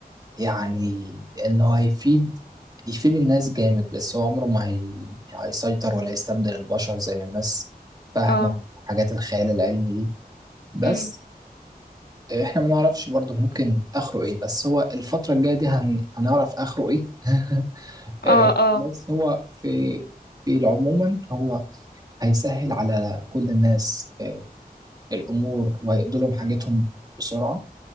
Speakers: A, on the right; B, on the left.
A: يعني انه هيفيد يفيد الناس جامد بس هو عمره ما هي... هيسيطر ولا يستبدل البشر زي ما الناس فاهمة
B: اه
A: حاجات الخيال العلمي دي بس
B: امم
A: احنا ما نعرفش برضه ممكن اخره ايه بس هو الفترة الجاية دي هن... هنعرف اخره ايه <laughs> آه،
B: اه اه
A: بس هو في في عموما هو هيسهل على كل الناس آه، الامور وهيقضي لهم حاجتهم بسرعة